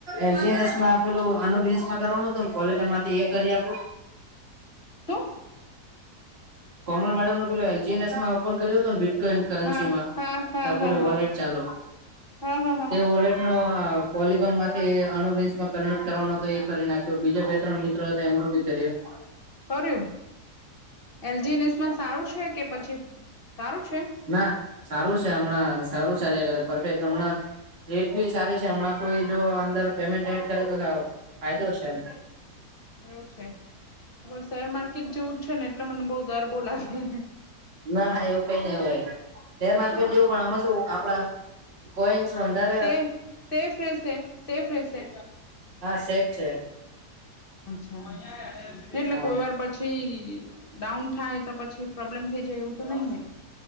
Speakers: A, on the right; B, on the left.
A: એજીનસમાં આપેલું અનુબેસ મા કરવાનું હતું ને કોલેગન માંથી એ કરી આપું
B: તો
A: કોમલ મેડમને પેલો એલજી એસ માં ઓપન કર્યો હતો ને બીટકોઈન કરન્સીમાં,
B: હા હા હા
A: પેલું
B: હા હા
A: વોલેટ ચાલુ,
B: હા હા હા
A: તે વોલેટ પોલગોન માંથી અનુબન્સમાં કન્વર્ટ કરવાનો. તો એ કરી નાખ્યો બીજા બે ત્રણ મિત્રો હતા એમનુ બી કર્યું.
B: કર્યું એલજીનસમાં સારું છે, કે પછી સારું છે.
A: ના સારું છે, હમણાં સારું ચાલ્યા કરે પરફેક્ટ હમણા રેટ બી સારી છે હમણાં કોઈ જો અંદર પેમેન્ટ રેટ કરે તો ફાયદો છે, એમ
B: એવું છે, પણ શેર માર્કેટ જેવું જ છે ને એટલે મને બહુ ડર બો લાગે.
A: ના ના એવું કઈ નઈ હોય શેર માર્કેટ
B: હા
A: જેવું પણ આમાં શું આપડા કોઈસ હોન્ડર
B: સેફ સેફ રહેશે સેફ રહેશે.
A: હા સેફ છે
B: અચ્છા એટલે
A: હા
B: કોઈ વાર પ પછી ડાઉન થાય તો પછી પ્રોબ્લેમ થઈ જાય એવું તો નહીં ને